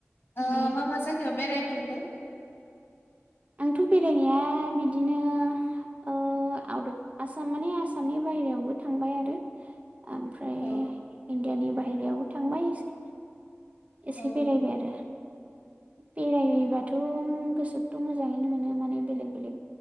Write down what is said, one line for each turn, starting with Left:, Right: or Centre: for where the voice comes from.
Left: ओ
Right: माने
Left: मा मा जायगायाव बेराय फेरखो?
Right: आंथ' बेरायनाया बिदिनो ओ आउट अफ आसाम माने आसामनि बाहेरायावबो थांबाय आरो। ओमफ्राय
Left: औ
Right: इण्डियानि बाहेरायावबो थांबाय एसे एसे
Left: औ
Right: बेरायबाय आरो। बेरायहैबाथ' गोसोखौथ' मोजाङैनो मोनो माने बेलेग बेलेग